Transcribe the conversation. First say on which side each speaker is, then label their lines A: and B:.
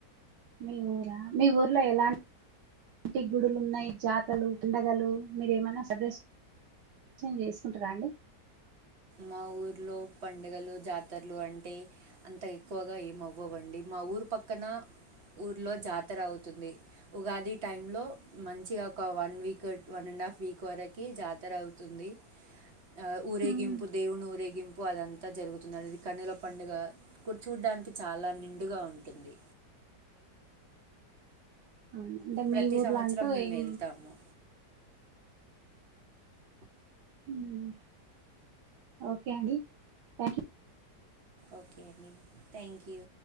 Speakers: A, on the right (about 80°); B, on the right (about 40°).
A: మీ ఊరా మీ ఊర్లో ఎలాంన్ టీ గుడులు ఉన్నాయి జాతర్లు పండగలు మీరేమన సెలెబ్రే షన్ చేసుకుంటారా అండి
B: మా ఊర్లో పండగలు జాతర్లు అంటే అంత ఎక్కువగా ఏమ్ అవ్వవండి మా ఊరు పక్కన ఊర్లో జాతర అవుతుంది. ఉగాది టైంలో మంచిగా ఒక one week one and half week వరకు జాతర అవుతుంది. ఆ ఊరేగింప్
A: మ్మ్.
B: దేవుణ్ణి ఊరేగింపు అదంతా జరుగుతుందనేది కనుల పండుగ కూర్చ్ చూడ్డానికి చాలా నిండుగా ఉంటుంది.
A: అవును అంటే
B: ప్రతి
A: మీ ఊర్లో
B: సంవత్సరం
A: అంటూ
B: మేము
A: ఏం
B: వెళ్తాము
A: హ్మ్ ఓకే అడి థ్యాంక్ యూ
B: ఓకే అండి థ్యాంక్ యూ